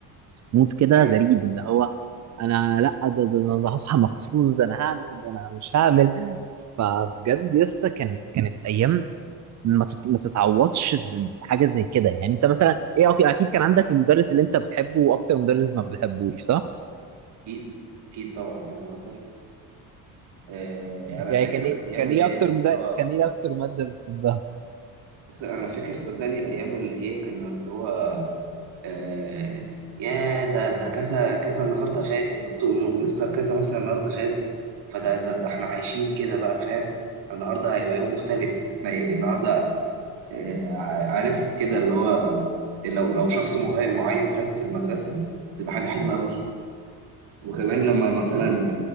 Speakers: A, on the right; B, on the right.
A: مود كده
B: آه. أيوه
A: غريب اللي هو انا لا ده ده انا هصحى مخصوص ده انا هعمل ده انا مش هعمل فبجد يا اسطى كانت كانت ايام ما تت- ما تتعوضش في حاجه زي كده يعني انت مثلا ايه أك- اكيد كان عندك المدرس اللي انت بتحبه واكتر مدرس ما بتحبوش صح
B: أكيد أكيد طبعا في مصر آه أنا
A: يعني
B: فاكر
A: كان
B: الأيام
A: ايه كان
B: اللي
A: ايه
B: هي
A: اكتر مدرس
B: اللي هو
A: كان ايه اكتر ماده بتحبها
B: أنا فاكر صدقني الأيام اللي هي كنا اللي هو آه يا ده ده كذا كذا النهارده غائب دكتور م- مستر كذا مثلا النهارده غاب فده ده, ده إحنا عايشين كده بقى فاهم النهارده هيبقى يوم مختلف يعني النهارده آه، عارف كده اللي هو لو لو شخص مه- معين غاب في المدرسة تبقى حاجة حلوة قوي وكمان لما مثلا